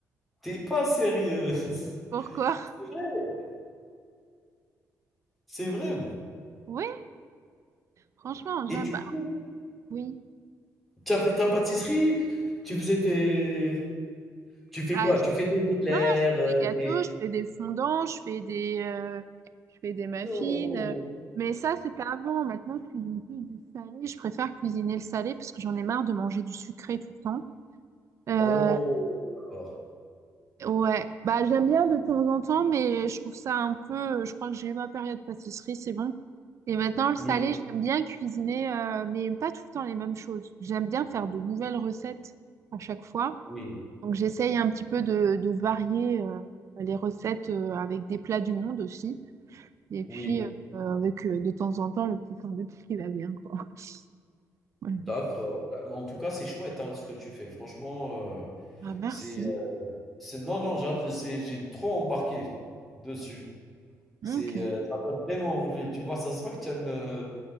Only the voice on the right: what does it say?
Pourquoi?
Oui, franchement, j'aime
pas.
Oui.
Bah,
je-
Non, je fais
des gâteaux,
je fais des fondants, je fais des, euh, je fais des muffins.
euh. Mais ça, c'était avant. Maintenant, je cuisine plus du salé. Je préfère cuisiner le salé parce que j'en ai marre de manger du sucré tout le temps. Euh,
ouais, bah j'aime bien de temps en temps, mais je trouve ça un peu. Je crois que j'ai eu ma période pâtisserie, c'est bon. Et maintenant, le salé,
j'aime bien cuisiner, euh, mais pas tout le temps les mêmes choses. J'aime bien faire de nouvelles recettes à chaque fois.
Donc j'essaye un petit peu de, de varier euh, les recettes euh, avec des plats du monde aussi. Et
puis euh, avec euh, de temps en temps le petit sandwich qui va bien, quoi. <laughs> Ouais.
Ah, merci.
Ok. Ouais,